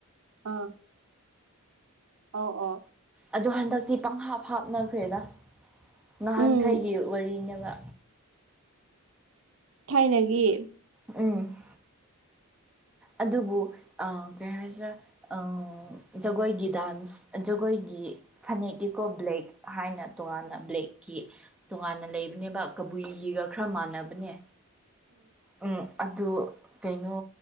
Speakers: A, on the right (about 65°); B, in the centre.
A: ꯑ ꯑꯣ ꯑꯣ
B: ꯑꯗꯣ ꯍꯟꯗꯛꯇꯤ ꯄꯪꯍꯥꯞ ꯍꯥꯞꯅꯈ꯭ꯔꯦꯗ ꯉꯍꯥꯟꯈꯩꯒꯤ
A: ꯎꯝ
B: ꯋꯥꯔꯤꯅꯦꯕ
A: ꯊꯥꯏꯅꯒꯤ
B: ꯎꯝ ꯑꯗꯨꯕꯨ ꯀꯩ ꯍꯥꯏꯁꯤꯔꯥ ꯑ ꯖꯒꯣꯏꯒꯤ ꯗꯥꯟꯁ ꯖꯒꯣꯏꯒꯤ ꯐꯅꯦꯛꯛꯇꯤꯀꯣ ꯕ꯭ꯂꯦꯛ ꯍꯥꯏꯅ ꯇꯣꯉꯥꯟꯅ ꯕ꯭ꯂꯦꯛꯀꯤ ꯇꯣꯉꯥꯟꯅ ꯂꯩꯕꯅꯦꯕ ꯀꯕꯨꯏꯒꯤꯒ ꯈꯔ ꯃꯥꯟꯅꯕꯅꯦ ꯎꯝ ꯑꯗꯨ ꯀꯩꯅꯣ